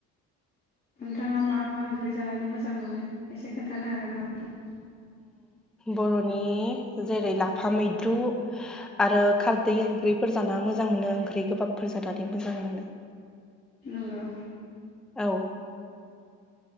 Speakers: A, on the left (about 30°); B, in the centre.
A: नोंथाङा मा मा ओंख्रि जानानै मोजां मोनो एसे खोन्थानो हागोन नामा?
B: बर'नि जेरै लाफा मैद्रु आरो खारदै ओंख्रिफोर जाना मोजां मोनो ओंख्रि गोबाबफोर जानानै मोजां मोनो।
A: नोंगौ
B: औ